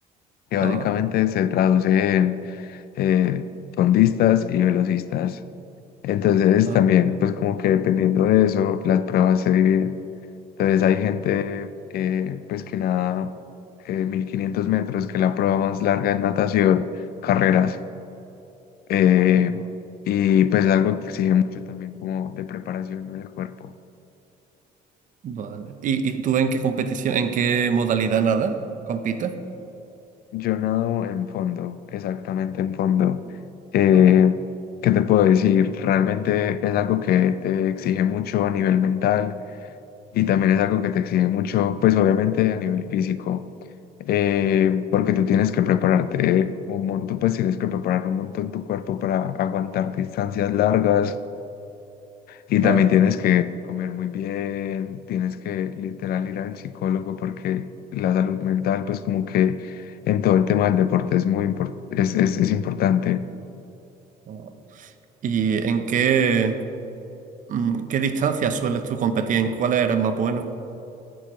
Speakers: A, on the left (about 65°); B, on the right (about 50°).
A: que
B: ah,
A: básicamente se traduce en eh, fondistas y velocistas. Entonces
B: ah,
A: también, pues como que dependiendo de eso, las pruebas se dividen. Entonces hay gente eh, pues que nada eh, 1500 metros, que es la prueba más larga en natación, carreras. Eh,
B: ah,
A: y pues algo que exige mucho también como de preparación en el cuerpo.
B: vale. ¿Y, y tú en qué competición, en qué modalidad nada compites?
A: Yo nado en fondo, exactamente en fondo. Eh,
B: Ah,
A: ¿qué te puedo decir? Realmente es algo que te exige mucho a nivel mental y también es algo que te exige mucho, pues obviamente a nivel físico. Eh, porque tú tienes que prepararte un montón, pues tienes que preparar un montón tu cuerpo para aguantar distancias largas Y
B: claro.
A: también tienes que comer muy bien, tienes que literal ir al psicólogo porque la salud mental, pues como que en todo el tema del deporte es muy impor- es, es, es importante.
B: ah. ¿Y en qué, mm, qué distancias sueles tú competir? ¿En cuáles eres más bueno?